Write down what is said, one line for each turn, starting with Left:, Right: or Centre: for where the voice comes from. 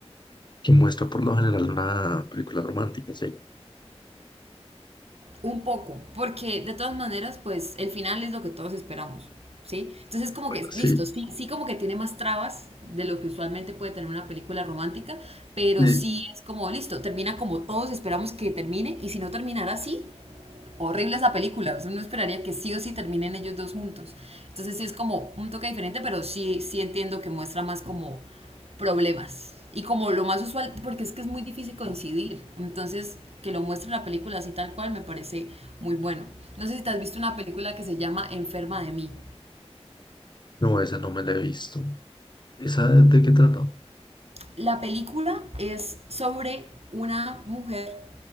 Left: que muestra por lo general una película romántica, sí.
Right: Un poco, porque de todas maneras, pues el final es lo que todos esperamos, ¿sí? Entonces, como
Left: Bueno,
Right: que,
Left: sí.
Right: listo, sí, sí como que tiene más trabas de lo que usualmente puede tener una película romántica, pero
Left: Y
Right: sí es como, listo, termina como todos esperamos que termine, y si no terminara así, horrible esa película. Uno esperaría que sí o sí terminen ellos dos juntos. Entonces sí es como un toque diferente, pero sí, sí entiendo que muestra más como problemas. Y como lo más usual, porque es que es muy difícil coincidir. Entonces, que lo muestre la película así tal cual me parece muy bueno. No sé si te has visto una película que se llama Enferma de mí.
Left: no, esa no me la he visto. ¿Esa de de qué trata?
Right: La película es sobre una mujer